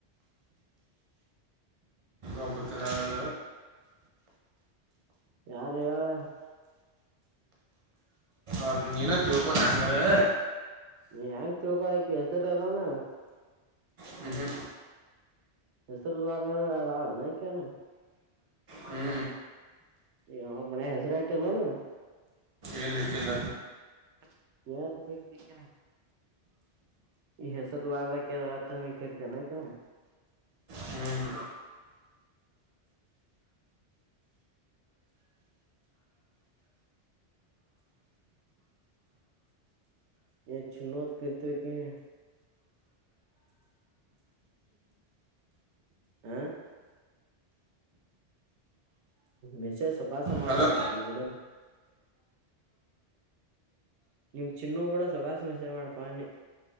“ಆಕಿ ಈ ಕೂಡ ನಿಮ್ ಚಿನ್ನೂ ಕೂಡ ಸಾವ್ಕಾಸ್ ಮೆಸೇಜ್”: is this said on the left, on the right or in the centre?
Right